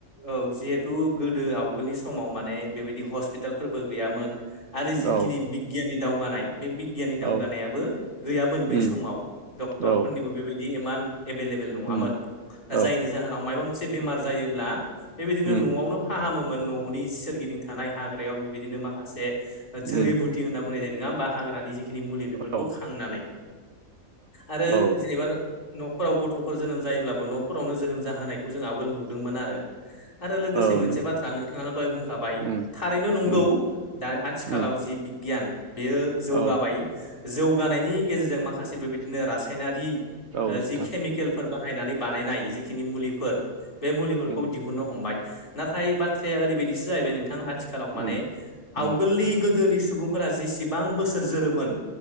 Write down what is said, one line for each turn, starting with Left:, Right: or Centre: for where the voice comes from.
Left: औ जिहेथु गोदो आवगोलनि समाव माने बेबायदि हस्पितालफोरबो गैयामोन आरो जिखिनि
Right: औ
Left: बिगियाननि दावगानाय बे बिगियाननि दावगानायाबो
Right: औ
Left: गैयामोन बै
Right: उम
Left: समाव डक्टरफोरनिबो
Right: औ
Left: बेबायदि इमान एभेलेबेल नङामोन
Right: उम
Left: दा
Right: औ
Left: जायनि जाहोनाव माबा मोनसे बेमार जायोब्ला बेबायदिनो
Right: उम
Left: न'आवनो फाहामोमोन न'नि सोरगिदिं थानाय हाग्रायाव बिबायदिनो माखासे जोरिबुथि
Right: उम
Left: होनना बुंनाय जायो नङा होमबा हाग्रानि जिखिनि मुलि बेफोरखौ
Right: औ
Left: खांनानै आरो
Right: औ
Left: जेनेबा न'फोराव गथ'फोर जोनोम जायोब्लाबो न'फोरावनो जोनोम जाहोनायखौ जोंहा आगोल नुदोंमोन आरो। आरो लोगोसे
Right: औ
Left: मोनसे
Right: नों
Left: बाथ्रा नोंथाङानो दहाय बुंखाबाय
Right: उम
Left: थारैनो नंगौ।
Right: उम
Left: दा आथिखालाव
Right: उम
Left: जि बिगियान बेयो जौगाबाय
Right: औ
Left: जौगानायनि गेजेरजों माखासे बेबायदिनो रासायनारि
Right: औ नोंथां
Left: जि के ल फोर बाहायनानै बानायनाय जिखिनि मुलिफोर बे मुलिफोरखौ
Right: उम
Left: दिहु दिहुननो हमबाय नाथाय बाथ्राया ओरैबायदिसो जाहैबाय नोंथां आथिखालाव माने
Right: उम
Left: आवगोलनि
Right: उम
Left: गोदोनि सुबुंफोरा जेसेबां बोसोर जोरोमोन